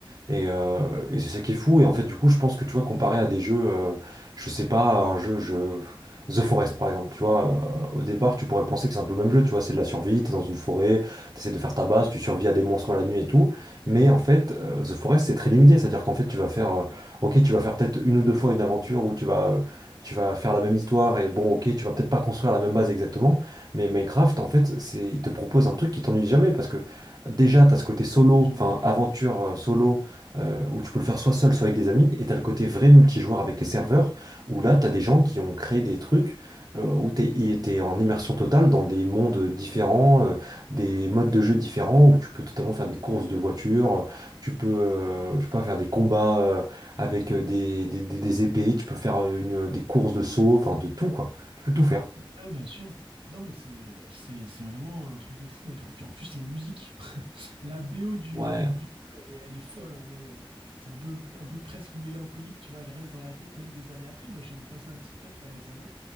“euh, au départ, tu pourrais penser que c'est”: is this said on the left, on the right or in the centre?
Right